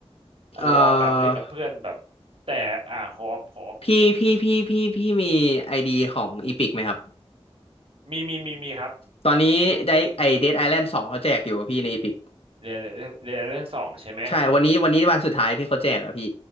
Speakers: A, on the right; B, on the left.
A: โคออปแบบเล่นกับเพื่อนแบบ
B: เอ่อ
A: แต่อ่าโคออปโคออป
B: พี่พี่พี่พี่พี่มีไอดีของอีพิกไหมครับ
A: มีมีมีมีครับ
B: ตอนนี้ได้ไอเดดไอแลนด์สองเขาแจกอยู่อะพี่ในอีพิก
A: เรียนเรียนเรเรื่องสองใช่ไหม
B: ใช่วันนี้วันนี้วันสุดท้ายที่เขาแจกอะพี่